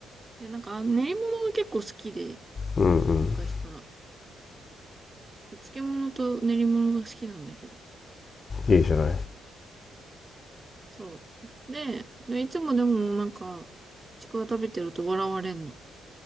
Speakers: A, on the right; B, on the left.
A: で、なんか、練り物が結構好きで、
B: う
A: 昔から。お漬物と練り物が好きなんだけど。
B: ん。いいじゃない。
A: そう。で、でいつもでもなんか、ちくわ食べてると笑われんの。